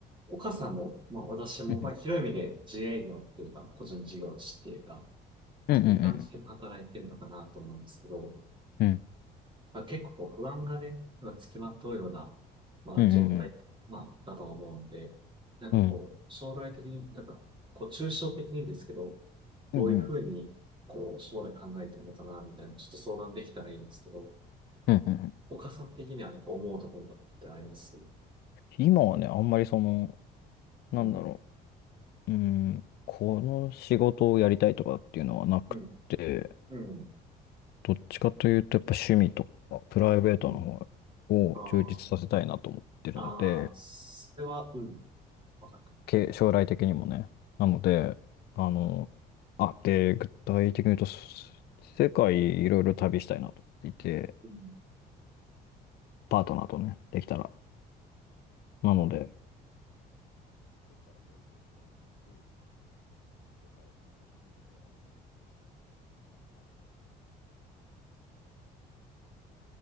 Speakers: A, on the right; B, on the left.
A: 岡さんも、まあ私も、
B: うん
A: まあ広い意味で自営業っていうか、個人事業主っていうか、
B: うんうん
A: そういう感じで働いてるのかなと思うんですけど、
B: うん
A: まあ結構不安がね、まあ、つきまとうような、まあ状態、
B: うんうんうん
A: まあだと思うんで、なんかこう、
B: うん
A: 将来的に、なんか、こう、抽象的にですけど、どういうふうに、
B: うんうんうん
A: こう、将来考えてるのかな、みたいな、ちょっと相談できたらいいんですけど、
B: うんうん
A: 岡さん的にはなんか思うところってあります
B: 今はね、あんまりその、
A: うん。
B: なんだろう、うーん、この仕事をやりたいとかっていうのはなくて、
A: うん。うん。
B: どっちかというとやっぱ趣味とかプライベートの
A: うん。
B: 方を充実させたいなと思ってるので、
A: ああ。ああ、それは、うん、わかるかも。
B: け将来的にもね。なので、あの、あ、で、具体的に言うと、す世界いろいろ旅したいなと思っていて、
A: うん、
B: パートナーとね、できたら。なので、